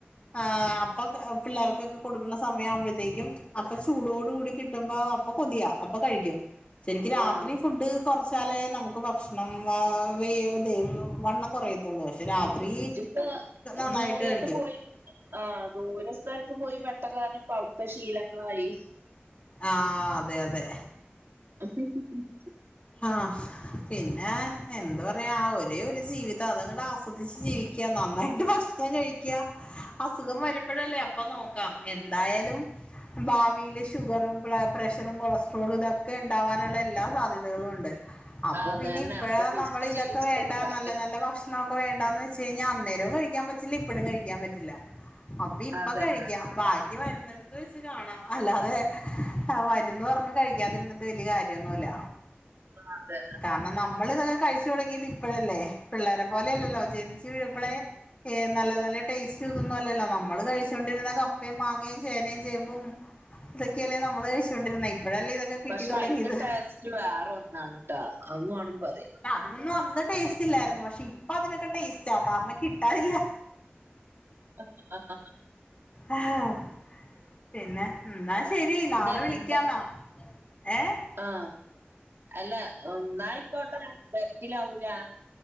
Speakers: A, on the left; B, on the right.
A: ആഹ് അപ്പൊ പിള്ളേർക്കൊക്കെ കൊടുക്കുന്ന സമയ ആവുമ്പോഴ്ത്തേക്കും അപ്പ ചൂടോടു കൂടി കിട്ടുമ്പോ അപ്പൊ കൊതിയ അപ്പൊ കഴിക്കും ശരിക്ക് രാത്രി
B: ആഹ്
A: ഫുഡ് കുറച്ച് കാലേ നമുക്ക് ഭക്ഷണം ഇത് താ വേ വണ്ണം കുറയത്തുള്ളൂ ഭഷ് ത് രാത്രി
B: ജ്ജ് ഇപ്പ
A: നന്നായിട്ട്
B: ദൂരത്ത്
A: കഴിക്കും
B: പോയി. ആ ദൂരെ സ്ഥലത്ത് പോയി പട്ട കാരണം ഇപ്പൊ അവിടുത്തെ ശീലങ്ങളായി.
A: ആഹ് അതെ അതെ.
B: <unintelligible>
A: ആഹ് പിന്നെ എന്ത്‌ പറയാ ആ ഒരേ ഒരു ജീവിതം അതങ്ങട്ട് ആസ്വദിച്ച് ജീവി ക്കാ നന്നായിട്ട് ഭക്ഷണം കഴിക്ക്യ അസുഖം വരുമ്പൊഴല്ലേ അപ്പൊ നോക്കാം എന്തായാലും ഭാവിൽ ഷുഗറും പ്ലെ പ്രഷറും കൊളസ്ട്രോളും ഇതൊക്കെ ഇണ്ടാാവാനുള്ള എല്ലാ സാധ്യതകളുണ്ട്. അപ്പൊ
B: അതന്നെ
A: പിന്നെ ഇപ്പഴാ
B: അപ്പൊ പിസ്കി
A: നമ്മൾ ഇതൊക്കെ
B: ജീവിച്ചിട്ടൊന്നും
A: വേണ്ട
B: കാര്യല്ല
A: നല്ല നല്ല ഭക്ഷ നോക്കെ വേണ്ടന്ന് വെച്ച് കഴിഞ്ഞാ അന്നേരവും കഴിക്കാൻ പറ്റില്ല ഇപ്പഴും കഴിക്കാൻ പറ്റില്ല അപ്പി ഇപ്പൊ
B: അതന്നെ
A: കഴിക്കാം ബാക്കി വരുന്നടു വെച്ച് കാണാം അല്ലാതെ വരുന്ന് പറഞ്ഞു കഴിക്കാതിരുന്നിട്ട് വല്യ കാര്യമൊന്നുല്ല.
B: അതെ
A: കാന്നം നമ്മൾ ഇതൊക്കെ കഴിച്ച് തുടങ്ങിയത് ഇപ്പോഴല്ലേ പിള്ളേരെ പോലെല്ലല്ലോ ജൻസിപ്പളെ ഏ നല്ല നല്ല ടേസ്റ്റ് ഇതൊന്നു അല്ലല്ലോ നമ്മള് കഴിച് കഴിച്ചൊണ്ടിരുന്ന കപ്പയും മാങ്ങേയും ചേനയും ചേമ്പും ഇതൊക്കെയല്ലേ നമ്മള് കഴിച്ചുകൊണ്ടിരുന്നെ ഇപ്പോഴല്ലേ ഇതൊക്കെ കിട്ടി
B: പശേ
A: തുടങ്ങിയത്
B: അയിന്റെ ടേസ്റ്റ് വേറെ ഒന്നാണ് ട്ടാ അത് വാണം പറയാൻ.
A: ഇതിനൊന്നും അന്ന് ടേസ്റ്റ് ഇല്ലായിരുന്നു പക്ഷെ ഇപ്പൊ അതിനൊക്കെ ടേസ്റ്റ കാരണം കിട്ടാനില്ല.
B: ആ ആ ആ ആ
A: ആഹ് പിന്നെ എന്നാ ശരി നാളെ
B: ഇന്ന്
A: വിളിക്കാ
B: എന്ത്
A: ന്നാ. ഏഹ്
B: ആഹ് അല്ല എന്നായിക്കോട്ടെ തീര്ക്കിലാവൂലെ?